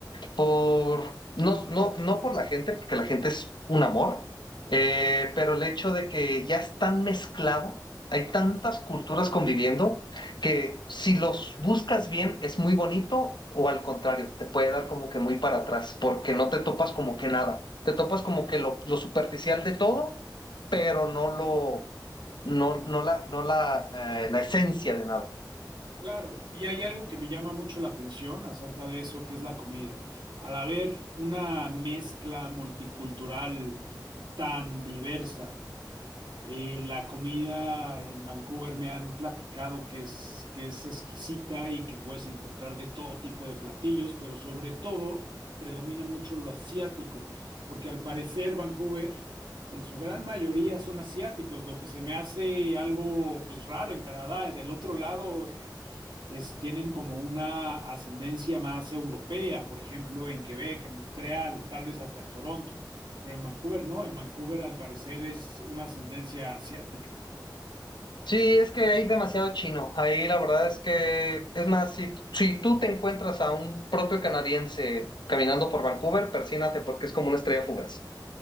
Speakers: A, on the left (about 75°); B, on the right (about 85°).
A: por, no, no, no por la gente, porque la gente es un amor, eh, pero el hecho de que ya es tan mezclado, hay tantas culturas conviviendo, que si los buscas bien es muy bonito o al contrario, te puede dar como que muy para atrás, porque no te topas como que nada, te topas como que lo, lo superficial de todo, pero no lo, no, no la, no la, eh, la esencia de nada.
B: Claro, y hay algo que me llama mucho la atención acerca de eso, que es la comida. Al haber una mezcla multicultural, tan diversa. Eh, la comida en Vancouver me han platicado que es, que es exquisita y que puedes encontrar de todo tipo de platillos, pero sobre todo predomina mucho lo asiático, porque al parecer Vancouver en su gran mayoría son asiáticos, lo que se me hace algo pues raro en Canadá. Del otro lado eh, es, tienen como una ascendencia más europea, por ejemplo en Quebec, en Montreal, tal vez hasta en Toronto pero en Vancouver no, en Vancouver al parecer es una ascendencia asiática.
A: Sí, es que hay demasiado chino. Ahí la verdad es que, es más, si, si tú te encuentras a un propio canadiense caminando por Vancouver, persínate porque es como una estrella fugaz.